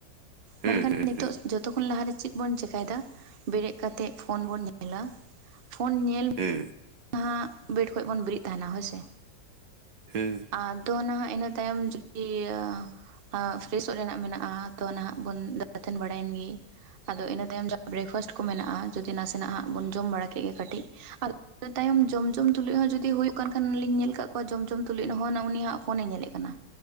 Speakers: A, on the right (about 75°); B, on the right (about 45°).
A: ᱦᱩᱸ
B: ᱢᱮᱱᱠᱷᱟᱱ
A: ᱦᱩᱸ
B: ᱱᱤᱛᱚᱜ
A: ᱦᱩᱸ
B: ᱡᱚᱛᱚᱠᱷ ᱠᱷᱚᱱ ᱞᱟᱦᱟᱨᱮ ᱪᱮᱫ ᱵᱚᱱ ᱪᱮᱠᱟᱭᱮᱫᱟ ᱵᱮᱨᱮᱫᱛᱜ ᱯᱷᱳᱱ ᱵᱚᱱ ᱧᱮᱞ ᱧᱮᱞᱟ ᱯᱷᱳᱱ ᱧᱮᱞ
A: ᱦᱮᱸ
B: ᱡᱟᱦᱟᱸ ᱵᱮᱰ ᱠᱷᱚᱱᱚᱡ ᱵᱚᱱ ᱵᱮᱨᱮᱫ ᱛᱟᱦᱮᱱᱟ ᱦᱳᱭᱥᱮ᱾
A: ᱦᱮᱸ
B: ᱟᱨ ᱫᱚ ᱱᱟᱦᱟᱜ ᱤᱱᱟᱹ ᱛᱟᱭᱚᱢ ᱡᱩᱫᱤ ᱟᱸ ᱟᱸ ᱯᱷᱨᱮᱥᱚᱜ ᱨᱮᱱᱟᱜ ᱢᱮᱱᱟᱜᱼᱟ ᱛᱚ ᱱᱟᱦᱟᱜ ᱵᱚᱱ ᱵᱟᱲᱟᱭᱮᱱ ᱜᱮ ᱟᱫᱚ ᱤᱱᱟᱹ ᱛᱟᱭᱚᱢ ᱡᱚ ᱵᱨᱮᱠᱯᱷᱟᱥᱴ ᱠᱚ ᱢᱮᱱᱟᱜᱼᱟ ᱡᱩᱫᱤ ᱱᱟᱥᱮᱱᱟᱜ ᱦᱜ ᱵᱚᱱ ᱡᱚᱢ ᱵᱟᱲᱟ ᱠᱮᱫ ᱜᱮ ᱠᱟᱹᱴᱤᱡ, ᱤᱱᱟᱹ ᱛᱟᱭᱚᱢ ᱡᱚᱢ ᱡᱚᱢ ᱛᱩᱞᱩᱡ ᱦᱚᱸ ᱡᱩᱫᱤ ᱦᱩᱭᱩᱜ ᱠᱟᱱ ᱠᱷᱟᱱ ᱞᱤᱧ ᱧᱮᱞ ᱠᱫ ᱠᱚᱣᱟ ᱡᱚᱢ ᱡᱚᱢ ᱛᱩᱞᱩᱡ ᱦᱚᱸ ᱩᱱᱤ ᱦᱟᱸᱜ ᱯᱷᱳᱱᱮ ᱧᱮᱞᱮᱜ ᱠᱟᱱᱟ᱾